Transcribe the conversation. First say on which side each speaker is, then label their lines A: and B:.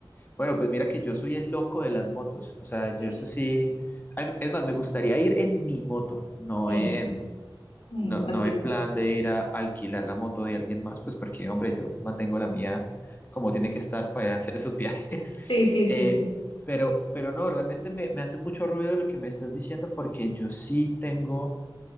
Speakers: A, on the left; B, on the left.
A: Bueno, pues mira que yo soy el loco de las motos. O sea, yo
B: sí,
A: eso sí. Ay, Es más, me gustaría ir en mi moto, no
B: en,
A: en,
B: en
A: no,
B: cualquier
A: no en
B: moto.
A: plan de ir a alquilar la moto de alguien más, pues porque, hombre, yo mantengo la mía como tiene que estar para ir a hacer esos <laughs> viajes.
B: Sí, sí,
A: Eh,
B: sí, sí,
A: pero, pero no, realmente me, me hace mucho ruido lo que me estás diciendo porque yo sí tengo